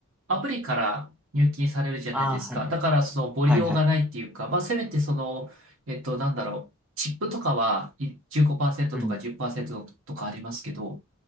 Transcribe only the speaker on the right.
アプリから入金されるじゃないですか。
だから、その、ボリ用がないっていうか、
まあ、せめて、その、えっと、なんだろう、チップとかは、い15%
とか10%とかありますけど、